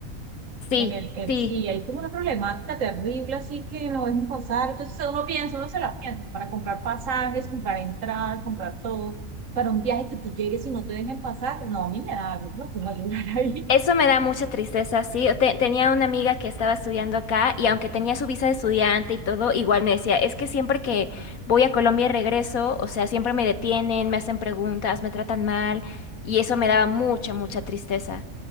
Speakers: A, on the left; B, on the right.
A: Sí,
B: En el, en-
A: sí.
B: sí, hay como una problemática terrible, así que no dejan pasar. Entonces uno piensa, uno se la piensa, para comprar pasajes, comprar entradas, comprar todo, para un viaje que tú llegues y no te dejen pasar, no, a mí me da, algo, no puedo llorar ahí.
A: Eso me da mucha tristeza, sí. Te- tenía una amiga que estaba estudiando acá y aunque tenía su visa de estudiante y todo, igual me decía, es que siempre que voy a Colombia y regreso, o sea, siempre me detienen, me hacen preguntas, me tratan mal y eso me daba mucha, mucha tristeza.